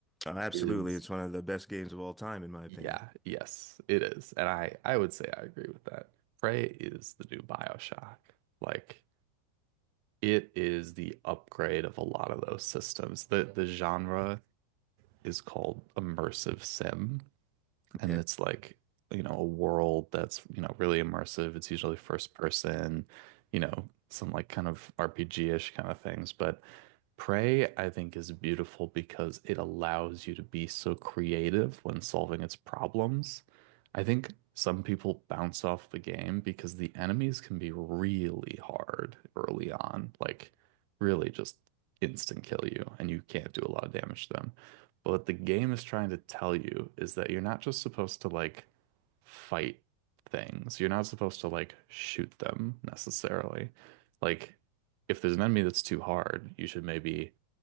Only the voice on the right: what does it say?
is,
yeah,
yes, it is. And I, I would say I agree with that. Prey is the new BioShock. Like it is the upgrade of a lot of those systems. The the genre is called immersive sim.
and it's like you know a world that's you know really immersive it's usually first person you know some like kind of RPG-ish kind of things but Prey I think is beautiful because it allows you to be so creative when solving its problems I think some people bounce off the game because the enemies can be really hard early on like really just instant kill you and you can't do a lot of damage to them but what the game is trying to tell you is that you're not just supposed to like fight things. You're not supposed to like shoot them necessarily. Like, if there's an enemy that's too hard, you should maybe